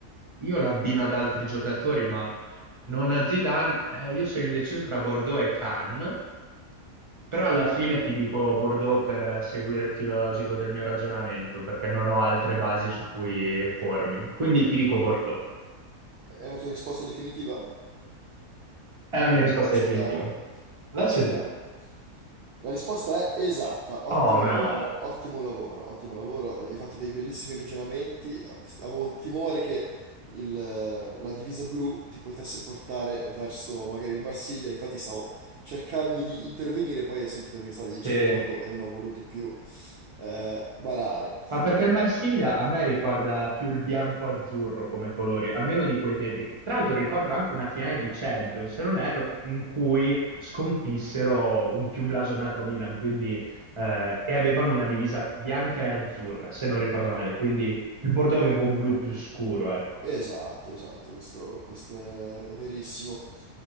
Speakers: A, on the right; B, on the right.
A: io l'abbino ad altri giocatori, ma non a Zidane. Eh, io sono indeciso tra Bordeaux e Cannes. Però alla fine ti dico Bordeaux per eh, seguire il filo logico del mio ragionamento, perché non ho altre basi su cui pormi. Quindi ti dico Bordeaux.
B: È la tua risposta definitiva?
A: È la mia risposta
B: La accendiamo?
A: definitiva. La
B: La
A: accendiamo.
B: accendiamo. La risposta è esatta, ottimo,
A: Oh, meno male.
B: ottimo lavoro, ottimo lavoro, hai fatto dei bellissimi ragionamenti, avevo timore che il, eh, la divisa blu ti potesse portare verso magari il Marsiglia, infatti stavo cercando di intervenire, poi ho sentito che stavi
A: Sì.
B: dicendo Bordeaux e non ho voluto più eh, barare.
A: Ma perché il Marsiglia a me ricorda più il bianco-azzurro come colori, almeno di quei tempi. Tra l'altro ricordo anche una finale di Champions, se non erro, in cui sconfissero un più blasonato Milan, quindi, eh, e avevano una divisa bianca e azzurra, se non ricordo male. Quindi il Bordeaux aveva un blu più scuro, ecco.
B: Esatto, esatto, questo, questo è, è verissimo.